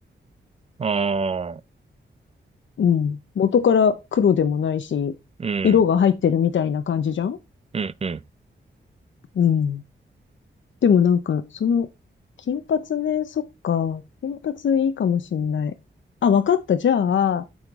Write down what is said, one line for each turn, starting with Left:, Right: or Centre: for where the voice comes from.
Right: ああ。
Left: うん。元から黒でもないし、
Right: うん。
Left: 色が入ってるみたいな感じじゃん
Right: うん。うん。
Left: うん。でもなんか、その、金髪ね、そっか。金髪いいかもしんない。あ、わかった。じゃあ、